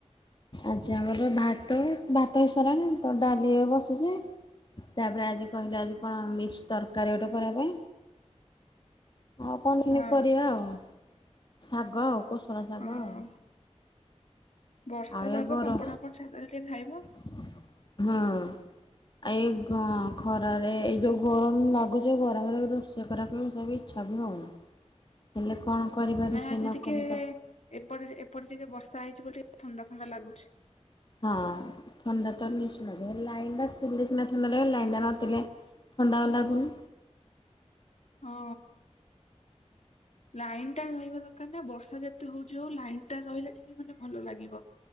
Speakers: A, on the left (about 40°); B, on the left (about 70°).
A: ଆଜି ଆମର ଭାତ, ଭାତ ହେଇସାରିଲାଣି ତ ଡାଲି ଏବେ ବସିଚି। ତାପରେ ଆଜି କହିଲା ଆଜି କଣ ମିକ୍ସ ତରକାରୀ ଗୋଟେ କରିଆ ପାଇଁ। ଆଉ କଣ କେମିତି
B: ହଁ
A: କରିବା ଆଉ। ଶାଗ ଆଉ କୋଷଳା ଶାଗ
B: ହଁ
A: ଆଉ।
B: ବର୍ଷା
A: ଆଉ
B: ପାଗ
A: ଏ ଗର
B: ପାମ୍ପଡ଼ ହାମ୍ପଡ଼ ଛାଣି ଦେଲେ ଟିକେ ଖାଇବ।
A: ହଁ। ଆଉ ଏଇ ଗ ଖରାରେ ଏଇ ଯୋଉ ଗରମ ଲାଗୁଛି ଗରମରେ ରୋଷେଇ କରିବାକୁ ତଥାପି ଇଚ୍ଛା ବି ହଉନି। ହେଲେ କଣ କରିବା
B: ନାଇଁ
A: ରୋଷେଇ
B: ଆଜି
A: ନ
B: ଟିକେ
A: କଲେ ତ
B: ଏପଟେ ଏପଟେ ଟିକେ ବର୍ଷା ହେଇଛି ବୋଲି ଥଣ୍ଡା ଥଣ୍ଡା ଲାଗୁଛି।
A: ହଁ ଥଣ୍ଡା <unintelligible> ଲାଇନ୍ ଟା ଥିଲେ ସିନା ଥଣ୍ଡା ଲାଗିବ। ଲାଇନ୍ ଟା ନଥିଲେ ଥଣ୍ଡା ଆଉ ଲାଗୁନି।
B: ହଁ ଲାଇନ୍ ରହିବା ଦରକାର ନା। ବର୍ଷା ଯେତେ ହଉଛି ହଉ ଲାଇନ୍ ଟା ରହିଲେ ଟିକେ ମାନେ ଭଲ ଲାଗିବ।